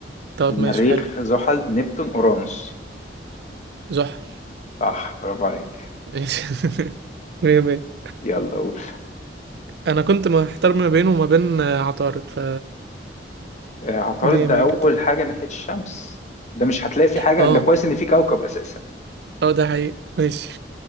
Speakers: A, on the right (about 65°); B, on the left (about 40°).
A: طب
B: المريخ
A: ماشي حلو
B: زحل نبتون أورانوس
A: زحل
B: صح برافو عليك
A: ماشي <laughs> مية مية
B: يلا قول
A: انا كنت محتار ما بينه وما بين آه، عطارد ف
B: آه، عطارد
A: مية
B: ده
A: مية
B: أول
A: كده
B: حاجة ناحية الشمس ده مش هتلاقي فيه حاجة
A: اه
B: ده كويس إن فيه كوكب أساسا
A: اه ده حقيقي ماشي